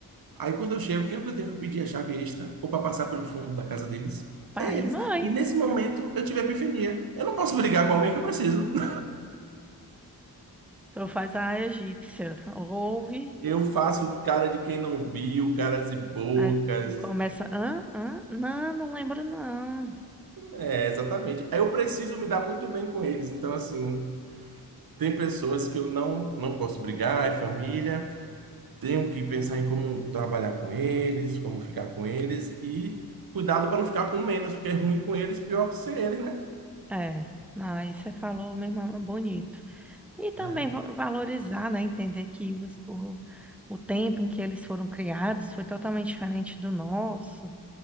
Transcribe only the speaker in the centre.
pai
e mãe.
Então faz a egípcia. Ouve,
aí começa. Ah, ah, não, não lembro, não.
É, não, aí você falou mesmo bonito. E também
va- valorizar, né? Entender que os- o, o tempo em que eles foram criados foi totalmente diferente do nosso.